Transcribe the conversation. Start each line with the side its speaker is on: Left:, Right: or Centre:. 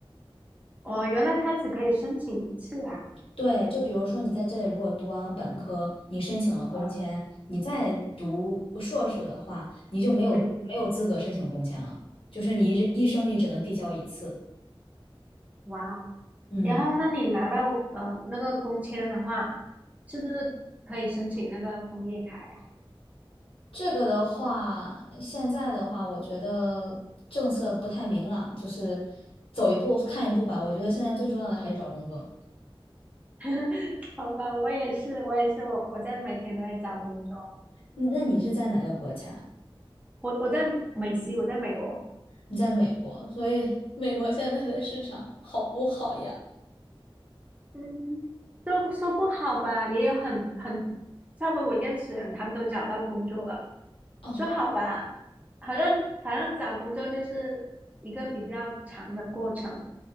Right: 哦，原来他只可以申请一次啊！
Left: 对，就比如说你在这里如果读完了本科，
Right: 嗯，
Left: 你申请了工签，
Right: 啊，
Left: 你再读硕士的话，你就没有没有资格申请工签了，
Right: 嗯，
Left: 就是你一一生你只能递交一次。
Right: 哇哦。
Left: 嗯，
Right: 然后，那你拿到呃那个工签的话，是不是可以申请那个枫叶卡呀？
Left: 这个的话，现在的话，我觉得政策不太明朗，就是走一步看一步吧。我觉得现在最重要的还是找工作。
Right: <laughs> 好吧，我也是，我也是，我我在每天都在找工作，
Left: 嗯那你是在哪个国家？
Right: 我我在美西，我在美国，
Left: 你在美国，所以美国现在的市场好不好呀？
Right: 嗯，说不说不好吧，也有很很差不多我认识的人，他们都找到工作了，
Left: 哦，
Right: 说好吧，好像好像找工作就是一个比较长的过程，